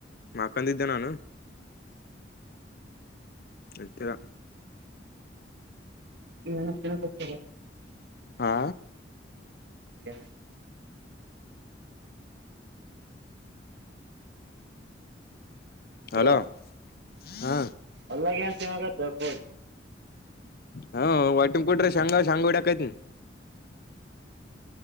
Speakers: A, on the left (about 60°); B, on the right (about 65°).
A: ಹಕಂದಿದ್ದೆ ನಾನು. ಎತ್ತರ.
B: ನ ಕೊತ.
A: ಹಾ
B: ಯ. ಅಲ್ವಾ
A: ಹಲೋ ಹಾ
B: ಅಲ್ಲಗೆಡಿ <unintelligible>
A: ಹಾ ವಾಟುಮಕೋಟರ ಶಂಗ ಶಂಗೋಡ ಕತ್ನ.